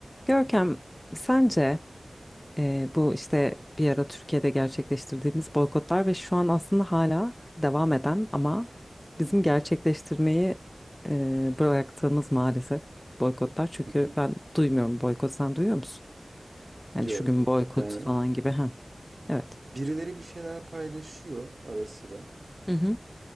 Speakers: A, on the left; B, on the right.
A: Görkem, sence e, bu işte bir ara Türkiye'de gerçekleştirdiğimiz boykotlar ve şu an aslında hala devam eden ama bizim
B: Hı hı.
A: gerçekleştirmeyi e, bıraktığımız maalesef boykotlar. Çünkü
B: Hı hı.
A: ben duymuyorum boykot, sen duyuyor musun? Yani
B: Yok.
A: şu gün boykot
B: Yani
A: falan gibi. Ha, evet.
B: birileri bir şeyler paylaşıyor ara sıra
A: Hı hı.